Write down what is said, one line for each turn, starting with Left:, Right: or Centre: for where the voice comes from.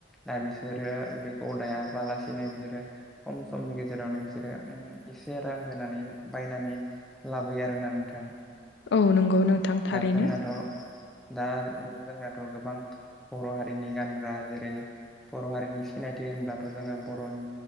Centre: दा बिसोरो ओ बेखौ दायाबालासिनो बिसोरो खम समनि गेजेरावनो बिसोरो इसे रां होनानै बायनानै लाबोयो आरोना नोंथां।
Left: औ नंगौ नोंथां थारैनो
Centre: दा जोंनाथ' दा जोंनाथ' गोबां बर' हारिनि गानग्रा जेरै बर' हारिनि सिनायथि होनब्लाथ' जोङो बर'नि